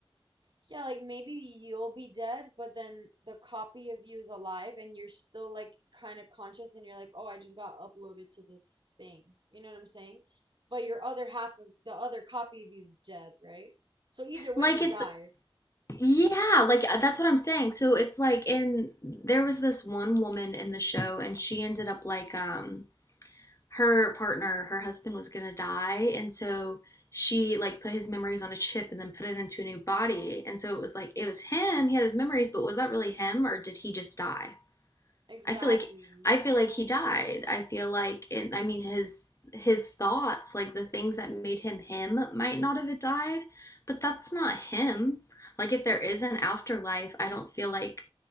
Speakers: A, on the right; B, on the left.
A: Yeah, like maybe you'll be dead, but then the copy of you is alive and you're still like kind of conscious and you're like, "Oh, I just got uploaded to this thing." You know what I'm saying? But your other half of the other copy of you is dead, right? So either way
B: Like
A: you
B: it's
A: die.
B: Yeah, like uh, that's what I'm saying. So it's like in there was this one woman in the show and she ended up like um her partner, her husband was gonna die and so she like put his memories on a chip and then put it into a new body. And so it was like it was him, he had his memories, but was that really him or did he just die?
A: Exactly.
B: I feel like I feel like he died. I feel like it, I mean his his thoughts, like the things that made him him might not have died, but that's not him. Like if there is an afterlife, I don't feel like